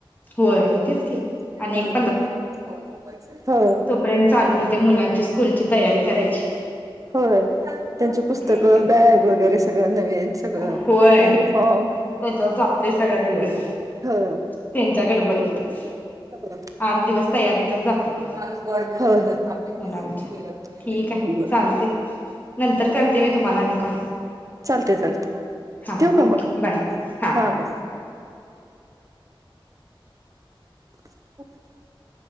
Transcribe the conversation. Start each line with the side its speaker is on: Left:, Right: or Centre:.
Left: होय तेच
Right: हम्म
Left: की
Right: निवांतपणे
Left: आणि एक
Right: <unintelligible> झोपायचंय, हो.
Left: पर्यंत चालू होते मुलांची स्कूलची तयारी करायची.
Right: होय, त्यांची पुस्तकं,
Left: ठीक आहे
Right: बॅग वगैरे सगळं नवीन सगळं
Left: होय
Right: युनिफॉर्म
Left: त्याच्यात जातोय सगळा दिवस.
Right: हो
Left: त्यांच्या गडबडीतच.
Right: <unintelligible>
Left: आठ दिवस तयारीतच जातात.
Right: होय होय
Left: मुलांच्या
Right: हम्म
Left: ठीक आहे चालते नंतर करते मी तुम्हाला आणि कॉल.
Right: चालते चालते
Left: हां
Right: ठेव का
Left: ओके
Right: मग
Left: बाय हां.
Right: हा ब <inaudible>